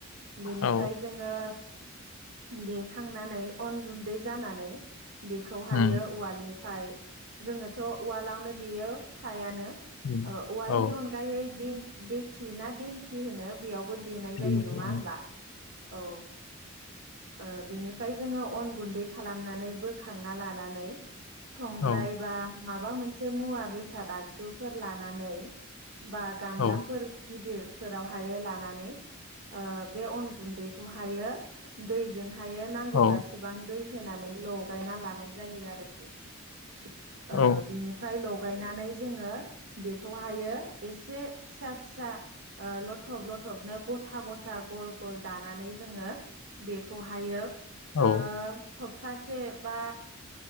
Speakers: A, on the right; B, on the left.
A: बेनिफ्राय
B: औ उम औ
A: जोङो दे खांनानै अन गुन्दै जानानै <inaudible> बेखौहायो
B: उम
A: उवालनिफ्राय जोङोथ' उवालावनो देयो फ्रायानो
B: उम
A: ओ उवालनि
B: औ
A: अनगायै दिं देखि ना देंखि होनो बेयावबो देनाय
B: दिंखिया
A: जायो नङा होनब्ला औ ओ बेनिफ्राय जोङो अन गुन्दै खालामनानै बोखांना लानानै संग्रायबा
B: औ
A: मा बा मोनसे मुवा बेसाद आगजुफोर लानानै बा गामलाफोर
B: औ
A: गिदिर फोरावहायो लानानै ओ बे अन गुन्दैखौहायो दैजों थायो नांगौ
B: औ
A: जसेबां दै होनानै लगायना लानाय जायो आरोखि। ओ
B: औ
A: बिनि फ्राय लगायनानै जोङो बेखौहायो एसे फिसा फिसा लथब लथबनो गथा गथा गल गल दानानै जोङो बेखौहायो
B: औ
A: ओ सब प्तासे बा